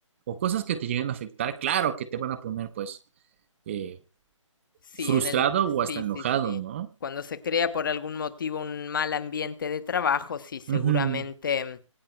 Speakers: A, on the right; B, on the left.
A: o cosas que te lleguen a afectar, claro que te van a poner pues eh,
B: Sí,
A: frustrado
B: en el,
A: o hasta
B: sí,
A: enojado,
B: sí, sí.
A: ¿no?
B: Cuando se crea por algún motivo un mal ambiente de trabajo, sí, seguramente
A: Ujú.